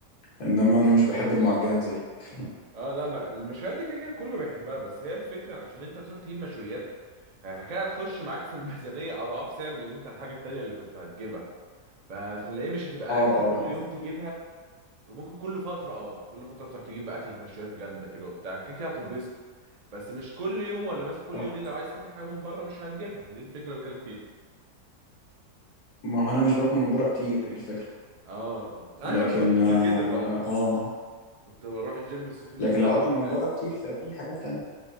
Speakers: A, on the left; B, on the right.
A: انما انا مش بحب المعجنات زيك
B: اه لا ما المشويات دي كده كده كله بيحبها بس هي الفكره عشان انت تروح تجيب مشويات الحكايه هتخش معاك في الميزانيه اضعاف سعر اللي انت الحاجه التانيه اللي كنت هتجيبها فتلاقيه مش هتبقى
A: اه
B: اكله
A: طبعا
B: كل يوم تجيبها وممكن كل فترة اه كل فترة تروح تجيب بقى أكلة مشويات جامدة كده وبتاع كده كده هتتبسط بس مش كل يوم ولا مثلا كل
A: صح
B: يومين لو عايز تاكل حاجة من بره مش هتجيبها دي الفكرة اللي بتكلم فيها
A: ما هو انا مش باكل من بره كتير هي دي الفكرة
B: اه ايوه
A: لكن
B: انا كنت
A: اه
B: كده برضه
A: آه.
B: كنت بروح الجيم الصيف اللي
A: لكن
B: فات
A: لو اكل
B: وبتاع
A: من بره كتير ففي حاجات تانية